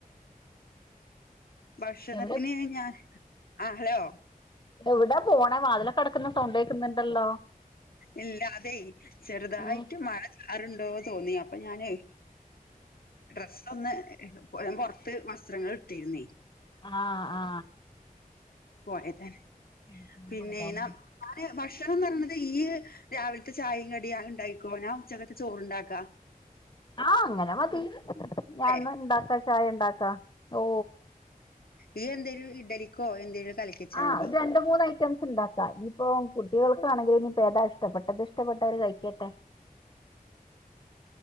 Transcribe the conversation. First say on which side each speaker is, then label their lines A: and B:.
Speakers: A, on the left; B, on the left.
A: ഭക്ഷണത്തിന്
B: എവിടെ
A: ഞാൻ ആ ഹലോ
B: എവിടാ പോണേ വാതിലക്കെ അടക്കുന്ന സൗണ്ട കേക്കുന്നുണ്ടല്ലോ
A: ഇല്ലാ അതെ ചെറുതായിട്ട്
B: ഉം
A: മഴക്കാറണ്ടോ തോന്നിയാ അപ്പൊ ഞാന് എ ഡ്രസ്സ് ഒന്ന് പുറത്ത് വസ്ത്രങ്ങൾ ഇിട്ടിരുന്നേ
B: ആ ആ
A: പോയതെ
B: ഇടിക്കാൻ
A: പിന്നെ
B: പോയതാല്ലേ
A: ഞ ഞാൻ ഭക്ഷണംന്ന് പറഞ്ഞ ഈ രാവിലത്തെ ചായയും കടിയ ഇണ്ടായിക്കോന ആ ഉച്ചകത്ത് ചോറുണ്ടാക്കാ
B: ആ അങ്ങനെ മതി ഞാന
A: ല്ലേ
B: ഇണ്ടാക്കാ ചായ ഇണ്ടാക്കാ ഓ
A: ഈ എന്തേലും ഇഡലിക്കോ എന്തേലും കലക്കിച്ചാ
B: ആ
A: മതി
B: രണ്ട് മൂന്ന് ഐറ്റംസ് ഉണ്ടാക്കാം ഇപ്പൊ കുട്ടികൾക്കാണ ഇനിപ്പോ താ ഇഷ്ടപ്പെട്ടത് ഇഷ്ടപ്പെട്ടവര് കഴിക്കട്ടെ